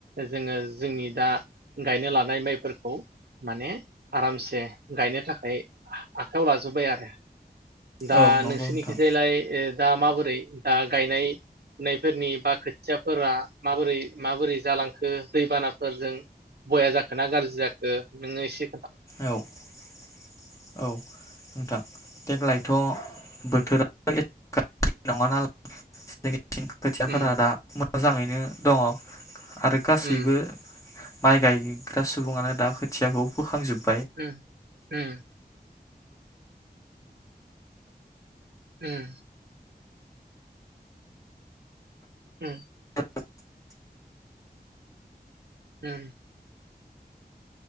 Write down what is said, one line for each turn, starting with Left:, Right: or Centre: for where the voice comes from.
Right: जोङो जोंनि दा गायनो लानाय माइफोरखौ माने आरामसे गायनो थाखाय आ-आखायाव लाजोब्बाय आरो। दा
Left: औ नंगौ
Right: नोंसोरनिखि
Left: नोंथां
Right: जायलाय ओ दा माबोरै दा गायनाय फुनायफोरनि बा खोथिया फोरा माबोरै माबोरै जालांखो दैबानाफोरजों बया जाखो ना गाज्रि जाखो नोंङो इसे
Left: औ औ नोंथां देग लाइ थ बोथोराथ एसे गाज्रि नंङा नालाय खोथियाफोरा
Right: उम
Left: दा मोजाङैनो दंङ आरो गासैबो
Right: उम
Left: माइ गायग्रा सुबुंङानो दा खोथियाखौ फोखांजोब
Right: ओम ओम। होम। होम।
Left: <inaudible>
Right: हुम